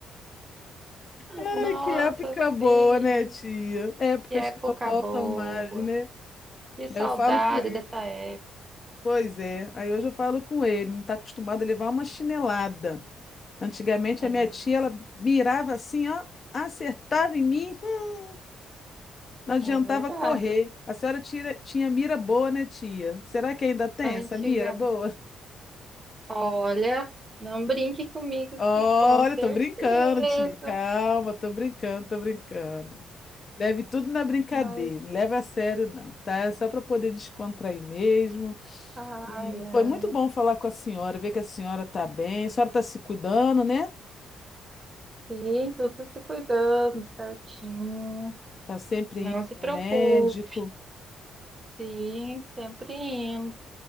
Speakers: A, on the left; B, on the right.
A: Ai,
B: Nossa,
A: que época boa,
B: sim,
A: né, tia? Épocas
B: que época
A: que não voltam
B: boa.
A: mais, né?
B: Que saudade
A: Aí eu falo com ele,
B: dessa época.
A: pois é. Aí hoje eu falo com ele, não está acostumado a levar uma chinelada. Antigamente
B: É,
A: a minha tia, ela mirava assim, ó, acertava em mim, hum, não adiantava
B: é verdade.
A: correr. A senhora tira- tinha mira boa, né, tia? Será que ainda tem
B: Antigamente,
A: essa mira boa?
B: olha, não brinque comigo
A: <laughs> Olha,
B: que com
A: tô
B: certeza,
A: brincando, tia. Calma, tô brincando, tô brincando. Leve tudo na brincadeira,
B: mas
A: não leva a sério não, tá? É só para poder descontrair mesmo.
B: ai,
A: E
B: ai.
A: foi muito bom falar com a senhora, ver que a senhora tá bem. A senhora tá se cuidando, né?
B: Sim, tudo se cuidando certinho.
A: Tá sempre
B: Não
A: indo
B: se
A: no
B: preocupe,
A: médico.
B: sim, sempre indo,